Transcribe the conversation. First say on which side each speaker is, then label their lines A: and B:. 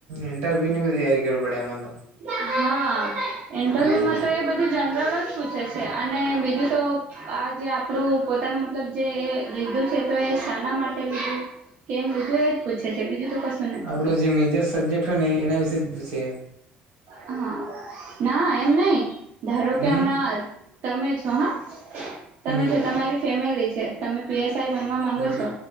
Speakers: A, on the right; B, on the right.
A: ઇન્ટરવ્યુ ની બધી તૈયારી કરવી પડે એમાં તો.
B: હા ઇન્ટરવ્યૂમાં
A: હમ
B: તો એ બધું જનરલ જ પૂછે છે. અને બીજું તો આ જે આપણું પોતાનું મતલબ જે એ લીધું છે, તો એ શના માટે લીધું કેમ લીધું એજ પૂછે છે, બીજું તો કશું નથી.
A: આપડો જે મેજર સબ્જેક્ટ હોય ને એના વિશેે જ પૂછે.
B: હા, ના એમ નઈ ધારો
A: હમ
B: કે હમણાં તમે છો હા. તમે
A: હમ
B: જો તમારી ફેમિલી છે. તમે પી એસ આઈ બનવા માંગો
A: હમ
B: છો,